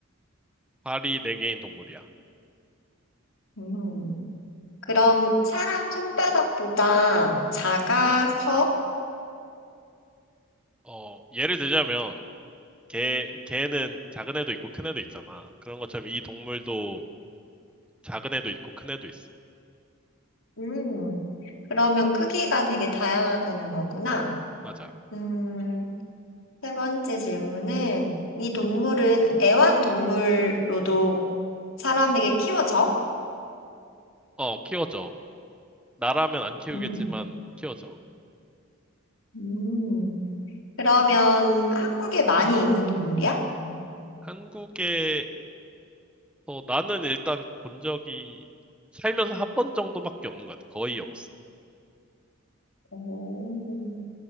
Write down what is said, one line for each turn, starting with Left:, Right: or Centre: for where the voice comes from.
Centre: 발이 네 개인 동물이야.
Left: 음, 그럼 사람 손바닥보다 작아, 커?
Centre: 어, 예를 들자면 개, 개는 작은 애도 있고 큰 애도 있잖아. 그런 것처럼 이 동물도 작은 애도 있고 큰 애도 있어.
Left: 음, 그러면 크기가 되게 다양하다는 거구나.
Centre: 맞아.
Left: 음, 세 번째 질문은, 이 동물은 애완동물로도 사람에게 키워져?
Centre: 어, 키워져. 나라면 안 키우겠지만
Left: 음,
Centre: 키워져.
Left: 음, 그러면 한국에 많이 있는 동물이야?
Centre: 한국에서 나는 일단 본 적이 살면서 한 번 정도밖에 없는 것 같아. 거의 없어.
Left: 오.